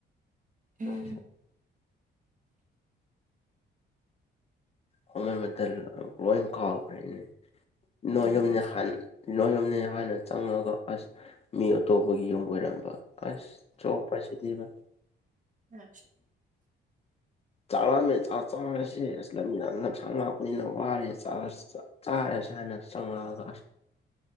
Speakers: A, on the left; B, on the right.
A: ꯅꫭꯏꯁꯨ꯫
B: ꯎꯝ
A: ꯍꫭꯡꯃꯟꯕꯗ ꯂꫭꯏꯟ ꯀꯥꯎꯈ꯭ꯔ‌ꯦꯅ‌ꯦ꯫ ꯅꫭꯏ
B: ꯎꯝ
A: ꯌꯨꯝꯅꯦꯍꯜ ꯅꫭꯏ ꯌꯨꯝꯅꯤꯌꯥ꯫ ꯍꯥꯟꯅ ꯆꯪꯉꯒ ꯑꯁ ꯃꯤ ꯑꯇꯣꯞꯄꯒꯤ ꯌꯨꯝ ꯑꯣꯏꯔꯝꯕ꯫ ꯑꯁ ꯆꯣꯞ ꯄꯁꯤꯗꯤꯕ꯫
B: ꯫
A: ꯆꯥꯛꯂꯥꯝꯃꯦ ꯆꯥꯛꯆꯔꯁꯦ ꯑꯁꯂꯃꯤꯅꯥ꯫ ꯂꯝꯁꯥꯡ ꯂꯥꯛꯄꯅꯤꯅ ꯋꯥꯔꯦ ꯆꯥꯔꯁ‌ꯦ ꯆꯥꯛ ꯀꯔꯆ‌ꯦ ꯍꯥꯏꯅ ꯆꯪꯉꯛꯑꯁ꯫